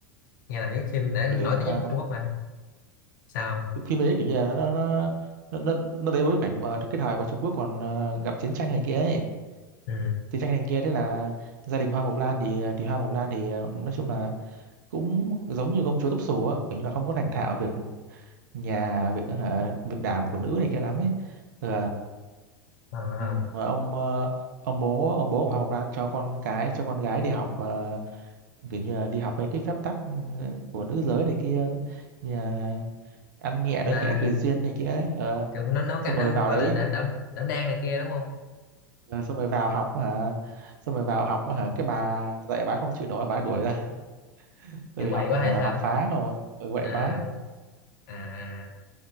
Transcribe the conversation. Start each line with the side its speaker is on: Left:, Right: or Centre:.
Left: nghe là biết phim đã nổi
Right: thì kiểu như
Left: tiếng
Right: là
Left: nhất Trung Quốc mà sao
Right: cái phim đấy kiểu như là nó nó nó nó, nó lấy bối cảnh mà cái thời mà Trung Quốc còn ờ, gặp chiến tranh này kia ấy
Left: ừ.
Right: chiến tranh này kia thế là gia đình Hoa Mộc Lan thì thì Hoa Mộc Lan thì ờ, nói chung là cũng giống như công chúa tóc xù á kiểu như là không có thành thạo việc nhà việc hả, việc đảm của nữ này kia lắm ấy ừ.
Left: à, à.
Right: Ừ, rồi ông ờ, ông bố ông bố của Hoàng Ngọc Lan cho con cái cho con gái đi học ờ, kiểu như là đi học mấy cái phép tắc ừ, của nữ giới này kia như là ăn nhẹ
Left: là
Right: nói khẽ cười duyên này kia ấy. Ờ,
Left: kiểu nó nấu cái
Right: xong
Left: nó
Right: rồi vào
Left: gọi
Right: đấy
Left: là đảm đảm đảm đang này kia đúng không
Right: ờ, xong rồi vào học hả xong rồi vào học hả cái bà dạy bà không chịu nổi bà đuổi ra tại
Left: kiểu
Right: vì
Left: quậy
Right: học
Left: quá
Right: hả
Left: hay sao
Right: học phá không ạ ừ, quậy
Left: à
Right: quá
Left: à à.